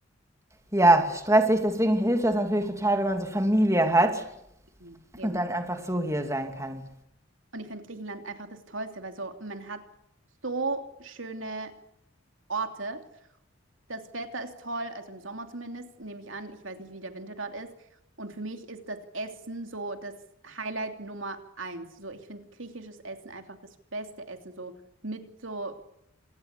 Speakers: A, on the right; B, on the right.
A: ja, stressig. Deswegen hilft das natürlich total, wenn man so Familie hat
B: Mhm. Eben.
A: und dann einfach so hier sein kann.
B: Und ich finde Griechenland einfach das Tollste, weil so, man hat so schöne Orte. Das Wetter ist toll, also im Sommer zumindest, nehme ich an. Ich weiß nicht, wie der Winter dort ist. Und für mich ist das Essen so das Highlight Nummer eins. So, ich finde griechisches Essen einfach das beste Essen. So mit so